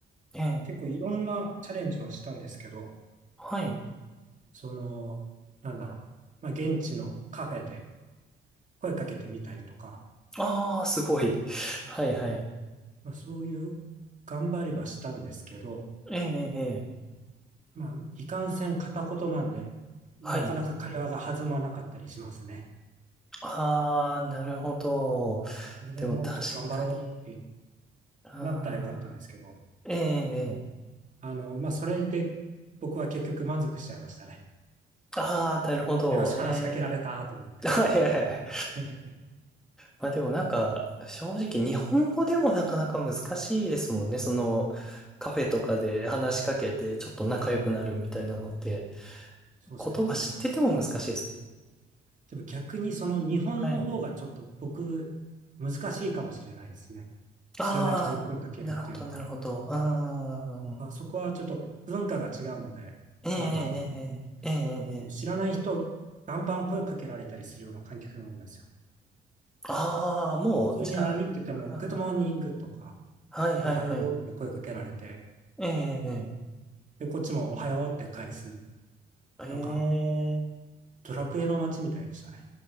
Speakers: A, in the centre; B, on the right.
A: ええ、
B: 結構いろんなチャレンジはしたんですけど、
A: はい。
B: その、なんだろう、まあ、現地のカフェで声かけてみたりとか、
A: ああ、すごい。<laughs> はい、はい。
B: まあ、そういう頑張りはしたんですけど、
A: ええ、ええ、ええ
B: まあ、いかんせん片言なんで、なかなか会話が弾まなかったりしますね。
A: はい。ああ、なるほど。
B: それでもっと頑張ろうって
A: でも確かに。あ
B: なったらよかったんですけど、
A: あ、ええ、ええ。
B: あの、まあ、それで僕は結局満足しちゃいましたね。
A: ああ、なるほど。
B: よし、話しかけられたと思って。
A: ええ。あ、いやいやいや。
B: <laughs>
A: まあでもなんか、正直日本語でもなかなか難しいですもんね。その、カフェとかで話しかけて、ちょっと仲良くなるみたいなのって、
B: そうですね。
A: 言葉知ってても難しいです。
B: でも、でも逆にその日本の方がちょっと僕、
A: はい。
B: 難しいかもしれないですね。知らない人に声かけるっていうのは。
A: ああ、なるほど、なるほど。ああ、
B: やっぱそこはちょっと文化が違うので、
A: ええ、
B: カナダだと。
A: ええ、ええ、ええ。ええ
B: もう知らない人、バンバン声かけられたりするような環境なんですよ。
A: ああ、もう、
B: 普通に歩いてても、
A: じゃあ、あ
B: グッドモーニングとか、
A: あはいはいはい。
B: おはようって声かけられて、
A: ええ、
B: で、こっちもおはようって返す。
A: ええ、
B: なんか、
A: ええ
B: ドラクエの街みたいでしたね。